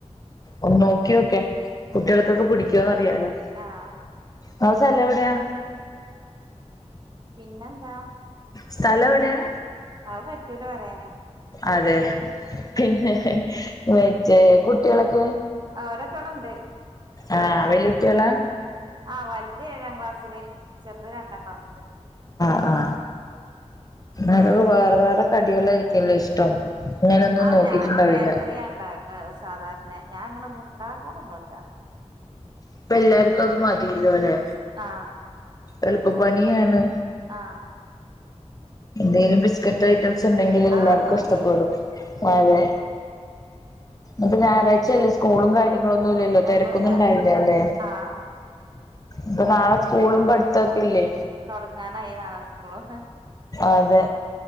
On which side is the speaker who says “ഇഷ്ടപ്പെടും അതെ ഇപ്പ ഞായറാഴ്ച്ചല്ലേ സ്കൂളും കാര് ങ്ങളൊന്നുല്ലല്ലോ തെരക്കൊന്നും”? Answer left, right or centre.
Left